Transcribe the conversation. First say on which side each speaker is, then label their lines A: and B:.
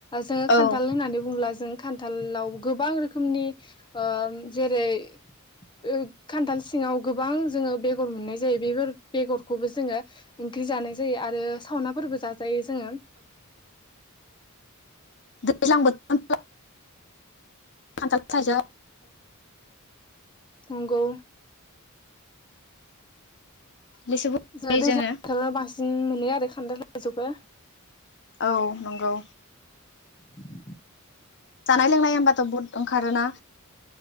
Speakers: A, on the left; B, on the left.
A: जोङो खान्थाल
B: औ
A: होननानै बुङोब्ला जों खान्थाल आव गोबां रोखोमनि ओ जेरै ओ खान्थाल सिङाव गोबां जोङो बेगर मोननाय जायो बेफोर बेगरखौबो जोङो ओंख्रि जानाय जायो आरो सावना फोरबो जाजायो जोङो
B: दैज्लां <inaudible> बोथोर खान्थाल थाइजा
A: नंगौ।
B: लिसुबो
A: जों
B: जायो
A: <inaudible> दैज्लां
B: जोङो
A: बोथोराव बांसिन मोनो आर खान्थाल <inaudible> थाइजौबो
B: औ नंगौ।
A: <inaudible>
B: जानाय लोंनाय होमबाथ' बहुद ओंखारोना।